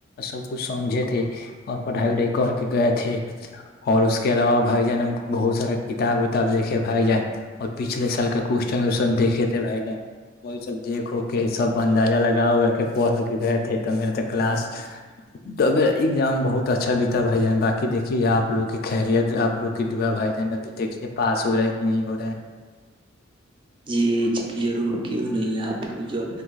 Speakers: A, on the left; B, on the right.
A: س کچھ سمھے تھے اور پڑھائی کر کے گئے تھے اور اس کے علاوہ بھائی جان ہم بہت سارا کتاب وتاب دیکھے بھائی جان اور پچھلے سال کا کوشچن وین دیکے تھے بھائی جان وہی سب دیکھ ہو کے سب اندازہ لگا اگا کے پڑھ کے گئے تھے ت میرا ت کلاسا ایگزام بہت اچھا بھی بھائی جان باقی دیکھیے آپ لوگ کی خیریت آپ لوگ کی دعا بھائی جان ابھی دیکھیے پاس ہو رہا ہے کہ نہیں ہو رہا ہے
B: جی ضرور کیوں نہیں آپ کی جو